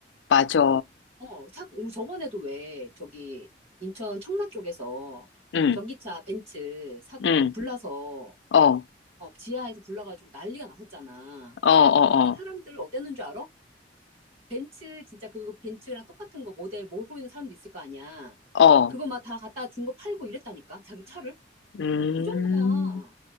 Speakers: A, on the left; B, on the right.
A: 맞아.
B: 어, 자, 우리 저번에도 왜, 저기, 인천 청라 쪽에서
A: 음,
B: 전기차 벤츠 사고,
A: 음,
B: 그 불나서,
A: 어, 어,
B: 어, 지하에서 불러가지고 난리가 났었잖아.
A: 어, 어.
B: 그때 사람들 어땠는 줄 알아? 벤츠 진짜 그 벤츠랑 똑같은 거 모델 몰고 있는 사람도 있을 거 아니야.
A: 어,
B: 그거 막 다 갖다 준 거 팔고 이랬다니까 자기 차를
A: 음,
B: 그 정도야.